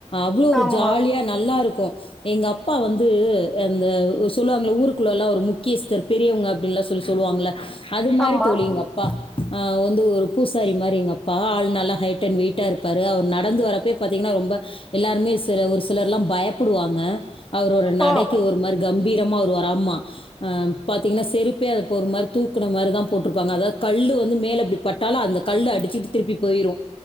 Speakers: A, on the left; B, in the centre.
A: அவ்ளோ ஒரு
B: ஆமா
A: ஜாலியா நல்லா இருக்கு எங்க அப்பா வந் து அந்த சொல்லுவாங்கள ஊருக்குள்ள எல்லா ஒரு முக்கியஸ்தர் பெரியவங்க அப்டின்ல்லா சொல்லி சொல்லுவாங்கள அது மாரி
B: ஆமா
A: தோழி எங்க அப் இப்பா வந்து ஒரு பூசாரி மாரி எங்க பா வந்து பூசாரி மாரி எங்க அப்பா ஆள் நல்லா ஹைட் அண்ட் வெயிட்டா இருப்பாரு அவர் நடந்து வர ப்பே பாத்தீங்கன்னா ரொம்ப எல்லாருமே சில ஒரு சிலர்ல்லா பயப்படுவாங்க அவரோட நடைக்கு
B: ஓ
A: ஒரு மாரி கம்பீரமா வருவாரு ஆம்மா அ பாத்தீங்கன்னா செருப்பே அத போ ஒரு மாரி தூக்குன மாரி தா போட்டிருப்பாங்க அதாவுது கல்லு வந்து மேல இப்டி பட் டாலு அந்த கல் அடிச்சுட்டு திருப்பி போயிரு